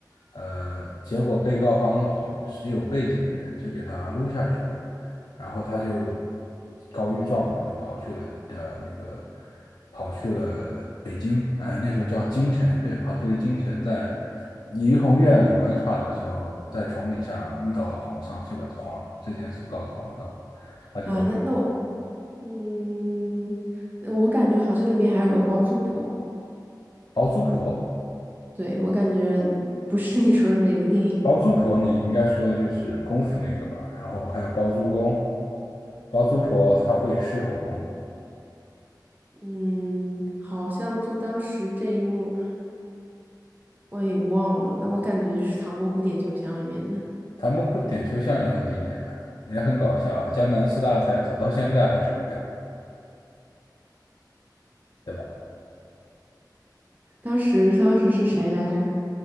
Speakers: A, on the left (about 75°); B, on the right (about 25°).
A: 呃，结果被告方是是有背景的人，就给他撸下去了。然后他就告御状嘛，就跑去了的那个跑去了北京，哎，那时候叫京城，对，跑去了京城，在怡红院里玩耍的时候，在床底下遇到了皇上，就把皇这件事告诉皇上，他就
B: 啊？那那我嗯，那我感觉好像里面还有个包租婆，
A: 包租婆，
B: 对，我感觉不是你说的那部电影。
A: 包租婆你应该说的就是功夫那个吧，然后还有包租公，包租婆她会狮吼功，
B: 嗯，好像就当时这一幕我也忘了，但我感觉就是唐伯虎点秋香里面的。
A: 他们过点秋香又很经典啊，也很搞笑啊，江南四大才子到现在还是个梗。对吧？
B: 当时当时是谁来着？